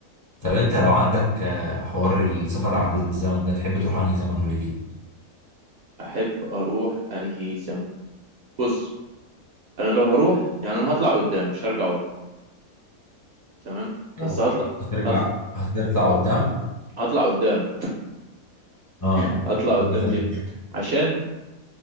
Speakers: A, on the left; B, on the right.
A: طب انت لو عندك آه، حوار السفر عبر الزمن ده تحب تروح انهي زمن وليه
B: احب اروح انهي زمن بص انا لو هروح يعني انا هطلع قدام مش هرجع ورا تمام
A: لو
B: بس هطلع
A: هترجع
B: هطلع
A: هتطلع قدام
B: هطلع قدام
A: اه
B: <laughs> هطلع
A: في
B: قدام
A: انهي زمن
B: ليه عشان